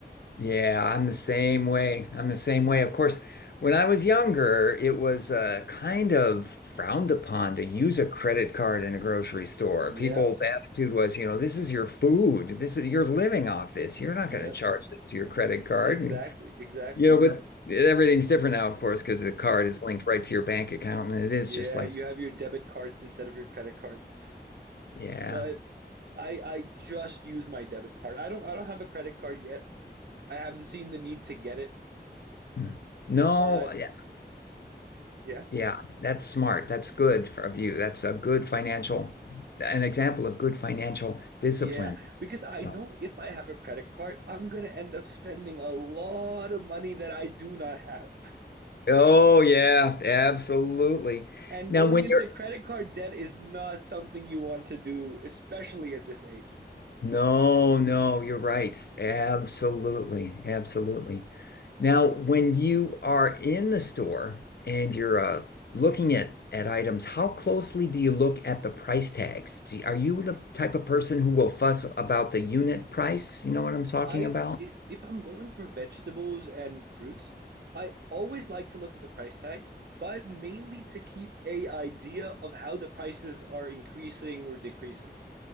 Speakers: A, on the left; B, on the right.
A: Yeah, I'm the same way. I'm the same way. Of course, when I was younger, it was uh, kind of frowned upon to use a credit card in a grocery store.
B: Yeah,
A: People's attitude was, you know, this is your food. This is you're living off this. You're
B: yeah,
A: not going to charge this to your credit card.
B: exactly,
A: And
B: exactly.
A: you know, but everything's different now, of course, because the card is linked right to your bank account, and it is
B: Yeah,
A: just like,
B: you have your debit cards instead of your credit cards.
A: yeah.
B: But I I just use my debit card. I don't I don't have a credit card yet. I haven't seen the need to get it,
A: Mm. No,
B: but
A: yeah,
B: yeah.
A: yeah, that's smart. That's good for- of you. That's a good financial, an example of good financial
B: Yeah,
A: discipline.
B: because I
A: So-
B: know if I have a credit card, I'm gonna end up spending a lot of money that I do not have.
A: Oh yeah, absolutely.
B: And
A: Now,
B: going
A: when
B: into
A: you're
B: credit card debt is not something you want to do, especially at this age.
A: No, no, you're right. Absolutely. Absolutely. Now, when you are in the store and you're uh, looking at, at items, how closely do you look at the price tags? Do, are you the type of person who will fuss about the unit price? You know what I'm talking
B: I,
A: about?
B: i- if I'm going for vegetables and fruits, I always like to look at the price tags, but mainly to keep a idea of how the prices are increasing or decreasing.